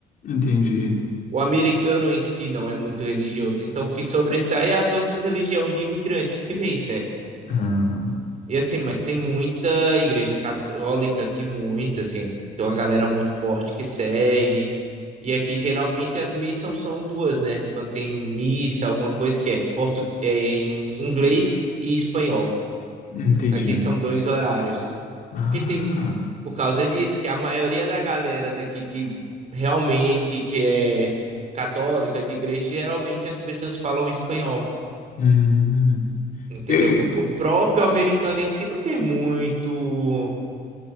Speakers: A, on the left (about 50°); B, on the right (about 45°).
A: Entendi.
B: o americano em si não é muito religioso, então o que sobressai é as outras religiões de imigrantes que vêm, certo?
A: Ah.
B: E assim, mas tem muita igreja católica aqui, muita, assim, tem uma galera muito forte que segue. E aqui geralmente as missas são duas, né? Quando tem missa, alguma coisa que é, portu... é em inglês e espanhol.
A: Entendi.
B: Aqui são dois horários.
A: Ah,
B: Porque tem, por causa disso, que a maioria da galera daqui que realmente que é católica, de igreja, geralmente as pessoas falam espanhol,
A: hum.
B: entendeu?
A: Tem-
B: Porque o próprio americano em si não tem muito